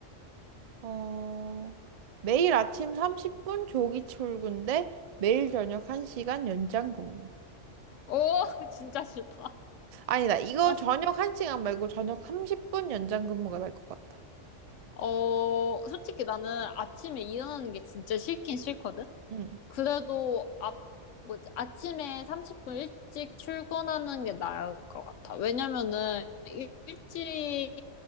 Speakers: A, on the right; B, on the left.
A: 어, 매일 아침 30분 조기 출근 대 매일 저녁 1시간 연장 근무.
B: 오, <laughs> 진짜 싫다.
A: 아니다, 이거
B: 나
A: 저녁 1시간 말고 저녁 30분 연장 근무가 날 것 같다.
B: 어, 솔직히 나는 아침에 일어나는 게 진짜 싫긴 싫거든?
A: 응.
B: 그래도 앞, 뭐 아침에 30분 일찍 출근하는 게 나을 것 같아. 왜냐면은 일- 일찍